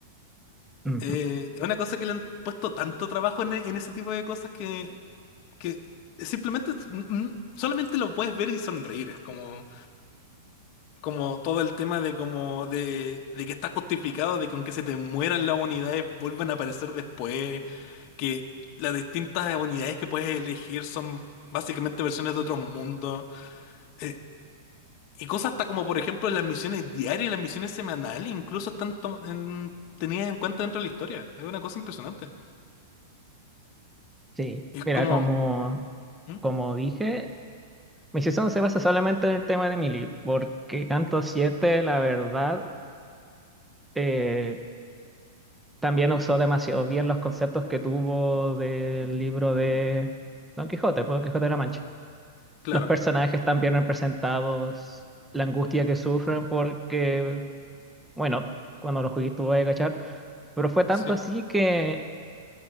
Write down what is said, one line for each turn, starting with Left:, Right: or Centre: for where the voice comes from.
Centre: Ujú.
Left: Eh, es una cosa que le han puesto tanto trabajo en, e- en ese tipo de cosas que, que simplemente, mm, mm, solamente lo puedes ver y sonreír, es como... como todo el tema de como de, de que está justificado de que aunque se te mueran las unidades vuelvan a aparecer después, que las distintas unidades que puedes elegir son básicamente versiones de otros mundos. eh, y cosas hasta como por ejemplo las misiones diarias, las misiones semanales, incluso están to- en- tenidas en cuenta dentro de la historia. Es una cosa impresionante.
Centre: Sí,
Left: Y es
Centre: mira,
Left: como,
Centre: como,
Left: ¿Mm?
Centre: como dije. Mi season se basa solamente en el tema de Millie, porque Canto siete, la verdad, eh, también usó demasiado bien los conceptos que tuvo del libro de Don Quijote, por Don Quijote de la Mancha.
Left: Claro,
Centre: Los personajes están bien representados, la angustia que sufren, porque, bueno, cuando lo jugué tuve que cachar, pero fue tanto
Left: sí.
Centre: así que